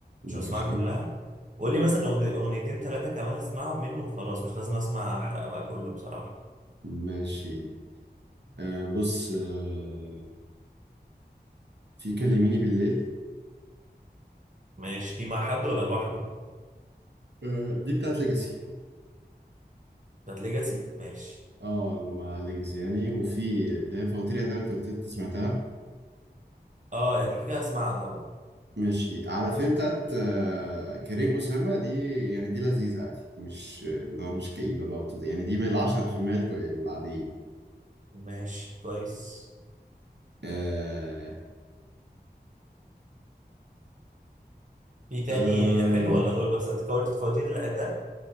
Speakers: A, on the right; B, on the right.
A: مش بسمعها
B: ماشي
A: كلها قول لي مثلا أغني- اغنيتين ثلاثه كمان اسمعهم منه وخلاص مش لازم اسمع احرق بقى كله بصراحه
B: ماشي آه بص آه في كلميني بالليل
A: ماشي دي مع حد ولا لوحده
B: آه دي بتاعت ليجاسي
A: بتاعت ليجاسي ماشي
B: اه مع ليجاسي يعني وفي اللي هي فواتير يا تلات وتلت سمعتها
A: اه يا دي كده اسمعها طبعا
B: ماشي على فيلم بتاعت آه كريم أسامة دي يعني دي لذيذة عادي مش اللي هو مش كئيبة بقى وتض- يعني دي من العشرة في المية الكوي- العاديين
A: ماشي كويس
B: آه
A: في تاني
B: آه
A: حلو ولا دول بس انت قلت فواتير العتاب